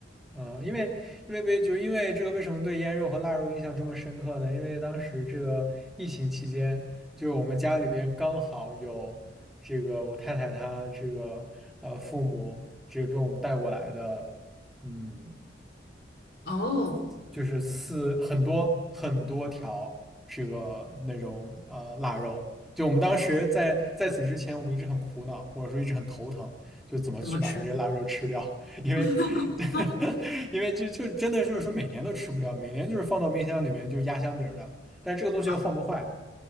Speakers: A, in the centre; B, on the left.
A: 嗯，因为因为为就因为这个，为什么对腌肉和腊肉印象这么深刻呢？因为当时这个疫情期间，就是我们家里边刚好有这个我太太她这个呃父母这个给我们带过来的，嗯。
B: 哦，
A: 就是四很多很多条这个那种呃腊肉。就我们当时在在此之前，我们一直很苦恼，或者说一直很头疼，就怎么去把它这些腊肉吃掉，
B: 怎么吃？
A: <laughs> 因为
B: <laughs>
A: <laughs> 因为就就真的就是说每年都吃不掉，每年就是放到冰箱里边就是压箱底儿的，但这个东西又放不坏，
B: 啊